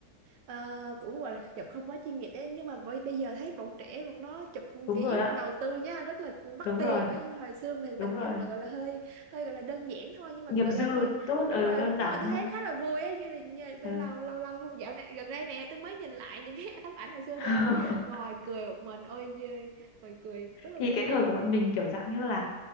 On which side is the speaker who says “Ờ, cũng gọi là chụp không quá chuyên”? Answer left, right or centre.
Right